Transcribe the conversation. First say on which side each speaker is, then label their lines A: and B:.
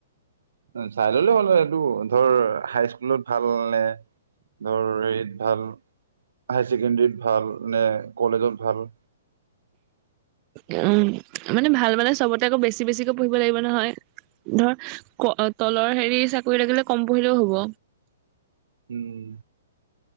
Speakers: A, on the right; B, on the right.
A: চাই ললে হ'ল হয়, সেইটো ধৰ হাই স্কুলত ভাল নে ধৰ হেৰিত ভাল হাই ছেকেণ্ডৰীত ভাল নে কলেজত ভাল।
B: উম, মানে ভাল মানে চবতে আকৌ বেছি বেছিকৈ পঢ়িব লাগিব নহয়। ধৰ ক, তলৰ হেৰি চাকৰি লাগিলে কম পঢ়িলেও হ'ব।
A: উম।